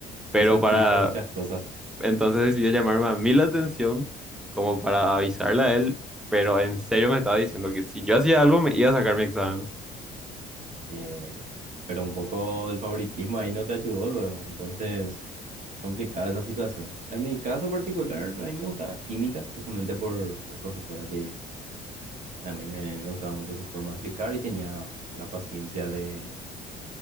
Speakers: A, in the centre; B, on the right (about 45°).
A: Pero
B: eso explica
A: para
B: muchas cosas.
A: entonces decidió llamarme a mí la atención como para avisarle a él, pero en serio me estaba diciendo que si yo hacía algo me iba a sacar mi examen.
B: que- pero un poco el favoritismo ahí no te ayudó luego, entonces complicada esa situación. En mi caso particular, a mí me gustaba química, justamente por la profesora que A mí me, me gustaba mucho su forma de explicar y tenía la paciencia de,